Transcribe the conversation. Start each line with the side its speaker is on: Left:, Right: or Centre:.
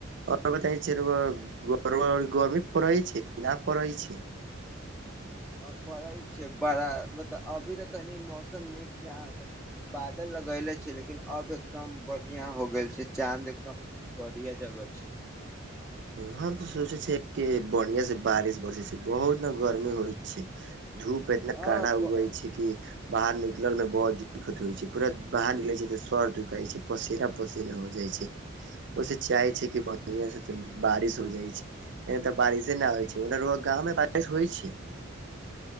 Right: ओर बताय छै रउआ गरमी पड़ै छै कि ना पड़ै छै
Centre: आब पड़ै छै बड़ा मतलब अभी तऽ तनी मौसम नीक छै अहाँके बादल लगैले छै लेकिन अब एकदम बढ़िया हो गेल छै चाँद एकदम बढ़िआ जगह छै
Right: हम तऽ सोचे छै कि बढ़िया से बारिश बरसे छै बहुत ने गर्मी होइ छै धूप एतना कड़ा
Centre: अ
Right: उगै छै कि बाहर निकलल में बहोत दिक्कत होइ छै पूरा बाहर निकले छै तऽ सर दखाइ छै पसेरा ओसे न हो जाइ छै ओहिस चाहय छै कि बढ़िआ स स बारिश हो जाइ छै ए तऽ बारिशे नइ आइ छै गाँव मे बारिश होइ छै